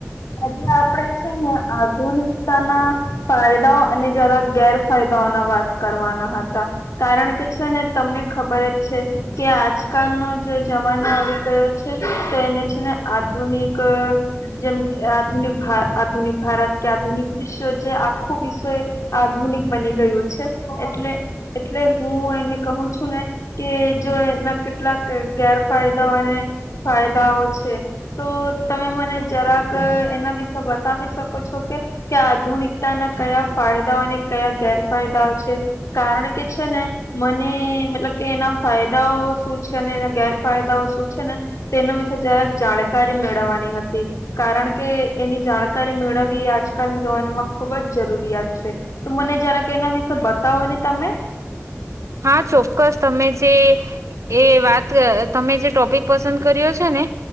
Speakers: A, on the left; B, on the right.
A: આજે આપણે છે ને આધુનિકતાના ફાયદાઓ અને જરાક ગેરફાયદાઓ ના વાત કરવાના હતા કારણ કે છે ને તમને. ખબર જ છે કે આજ. આજ કલનો જે જમાનો આવી ગયો છે તો એને છે ને આધુનિક જેમ. આધુનિક ભા આધુનિક ભારત કે આધુનિક વિશ્વ જે આખું વિશ્વ એ આધુનિક બની ગયું છે એટલે એટલે હું એને કહું છું ને કે જો એના કેટલાક ગેરફાયદાઓ અને ફાયદાઓ છે તો તમે મને જરાક. એના વિશે બતાવી શકો છો કે આધુનિકતાના કયા ફાયદાઓ અને કયા ગેરફાયદાઓ છે કારણ કે છે ને મને મતલબ કે એના ફાયદાઓ. શું છે અને ગેરફાયદા શું પૂછો ને. તેનું વિશે જરાક જાણકારી મેળવવાની હતી. કારણ કે એની જાણકારી મેળવવી એ આજકાલના જવાનોમાં ખુબ જ જરૂરિયાત છે, તો મને જરા કે એના વિશે બતાવો ને તમે.
B: હા ચોક્કસ તમે જે એ વાત તમે જે ટોપિક પસંદ કર્યો છે ને